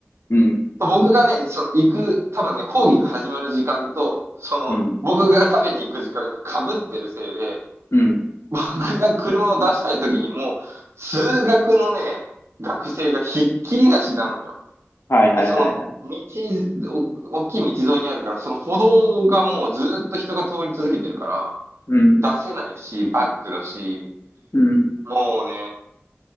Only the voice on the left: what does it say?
うん、
うん、
うん。
はいはいはいはい。
うん、
うん。